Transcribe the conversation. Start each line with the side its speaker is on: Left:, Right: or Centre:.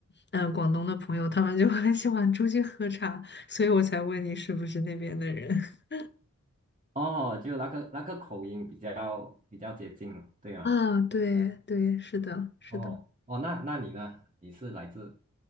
Left: 嗯、呃广东的朋友，他们就很喜欢出去喝茶，所以我才问你是不是那边的人。<laughs>
Right: 哦，就那个那个口音比较比较接近，对吗？
Left: 啊，对对，是的，是的。
Right: 哦哦，那那你呢？你是来自